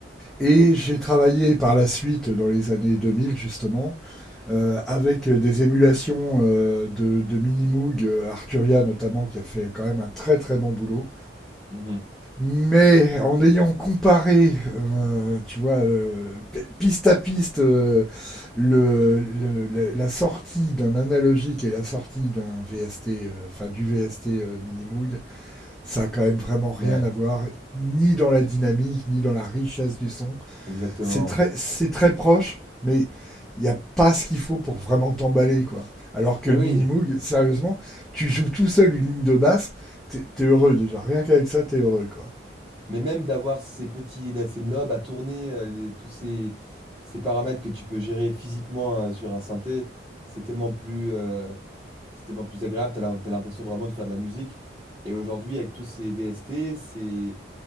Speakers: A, in the centre; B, on the right.
A: Et j'ai travaillé par la suite, dans les années 2000 justement, euh, avec des émulations euh, de, de mini Moog, euh, Arturia notamment, qui a fait quand même un très très bon boulot.
B: Mhm.
A: Mais en ayant comparé, euh,
B: C'était-
A: tu vois, euh, p- piste à piste, euh, le, le- la, la sortie d'un analogique et la sortie d'un VST, euh, enfin du VST euh, Minimoog, ça a quand même vraiment rien
B: Ouais,
A: à voir, ni dans la dynamique, ni dans la richesse du son.
B: exactement.
A: C'est très, c'est très proche, mais il n'y a pas ce qu'il faut pour vraiment t'emballer, quoi. Alors que
B: Mais
A: le
B: oui,
A: Minimoog, sérieusement, tu joues tout seul une ligne de basse, t'es t'es heureux déjà, rien qu'avec ça, t'es heureux, quoi.
B: mais même d'avoir ces petits, ces knobs à tourner, euh, les- tous ces, ces paramètres que tu peux gérer physiquement euh, sur un synthé, c'est tellement plus, euh, c'est tellement plus agréable. T'as la- t'as l'impression vraiment de faire de la musique. Et aujourd'hui, avec tous ces VST, c'est